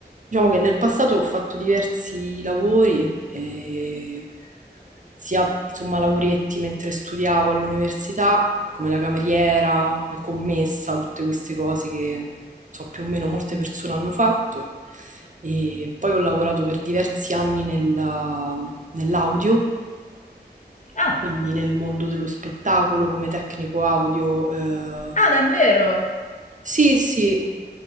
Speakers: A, on the right (about 45°); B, on the left (about 45°).
A: Diciamo che nel passato ho fatto diversi lavori, eh, sia insomma lavoretti mentre studiavo all'università, come la cameriera, la commessa, tutte queste cose che so più o meno molte persone hanno fatto. E poi ho lavorato per diversi anni nella- nell'audio,
B: Ah,
A: quindi nel mondo dello spettacolo come tecnico audio. eh,
B: ah, davvero?
A: sì, sì,